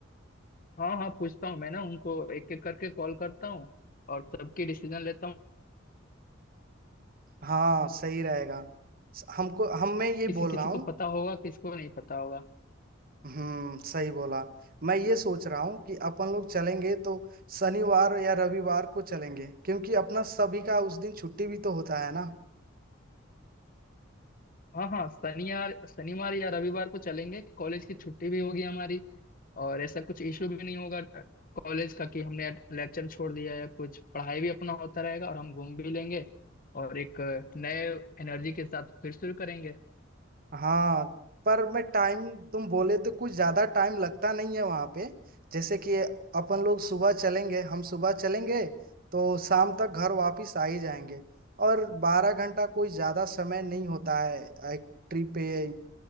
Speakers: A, on the left; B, on the right.
A: हाँ हाँ पूछता हूँ मैं ना उनको एक एक करके कॉल करता हूँ और सबकी डिसीजन लेता हूँ
B: हाँ सही रहेगा स- हमको हम मैं ये
A: किसी
B: बोल
A: किसी
B: रहा हूँ
A: को पता होगा किसी को नहीं पता होगा
B: हम्म सही बोला मैं ये सोच रहा हूँ कि अपन लोग चलेंगे तो शनिवार या रविवार को चलेंगे क्योंकि अपना सभी का उस दिन छुट्टी भी तो होता है ना
A: हाँ हाँ शनिवार शनिवार या रविवार को चलेंगे कॉलेज की छुट्टी भी होगी हमारी और ऐसा कुछ इशू भी नहीं होगा कॉलेज का कि हमने लेक्चर छोड़ दिया या कुछ पढ़ाई भी अपना होता रहेगा और हम घूम भी लेंगे और एक नए एनर्जी के साथ फिर शुरू करेंगे
B: हाँ पर मैं टाइम तुम बोले तो कुछ ज्यादा टाइम लगता नहीं है वहां पे जैसे कि अपन लोग सुबह चलेंगे हम सुबह चलेंगे तो शाम तक घर वापिस आ ही जाएंगे और बारह घंटा कोई ज्यादा समय नहीं होता है एक ट्रिप पे